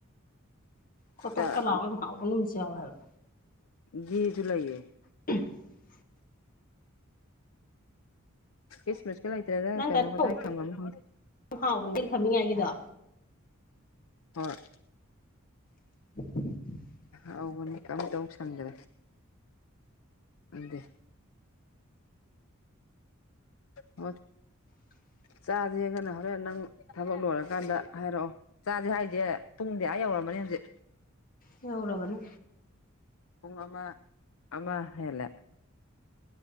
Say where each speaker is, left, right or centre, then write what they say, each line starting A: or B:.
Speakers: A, on the left; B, on the left.
A: ꯈꯣꯠꯇꯣꯛꯀ
B: ꯎꯝ
A: ꯂꯥꯎꯒ ꯌꯥꯝ ꯍꯥꯎꯕ ꯅꯨꯃꯤꯠꯁꯨ ꯌꯥꯎꯋꯦ ꯍꯥꯏꯕ
B: ꯒꯤ ꯒꯤ ꯂꯥꯏꯌꯦ
A: <inaudible>
B: ꯏꯁ ꯃꯁ ꯀꯂ ꯏꯇꯔꯦꯗ
A: ꯅꯪ
B: ꯀꯃ
A: ꯀꯩꯅꯣ
B: ꯀꯗꯃꯃ
A: ꯇꯧꯕ ꯌꯥꯝ ꯍꯥꯎꯕꯅꯦ ꯌꯦꯟ ꯐꯝꯃꯤꯉꯥꯏꯒꯤꯗꯣ
B: ꯍꯣꯏ
A: <inaudible>
B: ꯇꯧꯕꯅꯤ ꯑꯝꯇꯧꯁꯟꯗ꯭ꯔꯦ ꯑꯗꯨ ꯍꯣꯏ
A: <inaudible>
B: ꯆꯥꯁꯦꯒꯅ ꯍꯣꯔꯦꯟ ꯅꯪ ꯊꯕꯛ ꯂꯣꯏꯔꯀꯥꯟꯗ ꯍꯥꯏꯔꯛꯑꯣ ꯆꯥꯁꯦ ꯍꯥꯏꯁꯦ ꯄꯨꯡꯗꯤ ꯑꯥ ꯌꯧꯔꯃꯅꯤꯅ ꯦ
A: ꯌꯧꯔꯕꯔꯕꯅꯤ
B: ꯄꯨꯡꯨꯡ ꯑꯃ ꯑꯃ ꯍꯂ